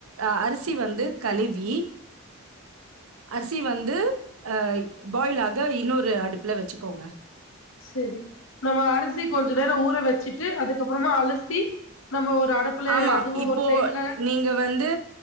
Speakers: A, on the right (about 85°); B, on the left (about 70°).
A: அ அரிசி வந்து கழிவி அரிசி வந்து அய் பாயில் ஆக இன்னொரு அடுப்ல வச்சுக்கோங்க
B: செரி நம்ம அரிசி கொஞ்சொ நேரோ ஊற வச்சுட்டு அதுக்கப்புறமா அலசி நம்ம ஒரு அடுப்புல
A: ஆமா
B: அதுவு
A: இப்போ
B: ஒரு சைட்ல
A: நீங்க வந்து